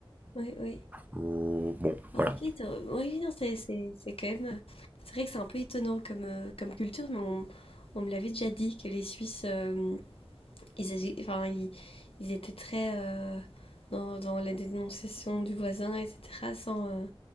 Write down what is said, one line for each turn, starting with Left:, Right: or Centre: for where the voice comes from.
Left: Oui, oui.
Right: faut- bon,
Left: Ah,
Right: voilà.
Left: ok, t'as- oui, oui, non, c'est c'est- c'est quand même. C'est vrai que c'est un peu étonnant comme, euh, comme culture, mais on, on me l'avait déjà dit que les Suisses, euh, ils, agi- enfin, ils, ils étaient très euh, dans, dans la dénonciation du voisin, etc., sans, euh,